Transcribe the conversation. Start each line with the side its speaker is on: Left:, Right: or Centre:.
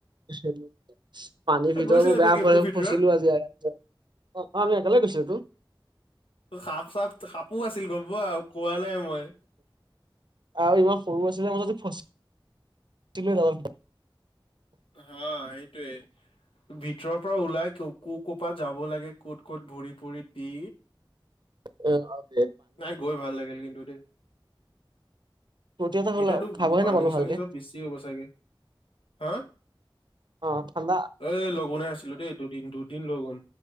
Right: সেইটোৱে। পানীৰ ভিতৰত
Left: গৈছিলা
Right: মোৰ বেয়া
Left: তই কেভটোৰ
Right: ভয়
Left: ভিতৰত?
Right: ফচিলো আজি অ', অ', আমি একেলগৈ গৈছোটো
Left: সাপ চাপ সাপো আছিল গম পোৱা কোৱা নাই মই।
Right: আৰু ইমান সৰু আছিলে মাজদি ফচ তুমিও নাৰ <unintelligible>
Left: হা, সেইটোৱেই। ভিতৰৰ পৰা ওলাই ক' ক'ৰ যাব লাগে ক'ত ক'ত ভৰি ফুৰি দি
Right: অ', <unintelligible>
Left: নাই গৈ ভাল লাগিল কিন্তু দেই।
Right: ৰুটি এটা হ'ল
Left: এতিয়াতো
Right: আও খাবহে
Left: পানী
Right: নাপালো
Left: চানী
Right: ভালকে
Left: চব বেছি হ'ব চাগে, হা
Right: অ', পানী
Left: এ, লগুনে আছিলোঁ দেই। দুদিন দুদিন লগুন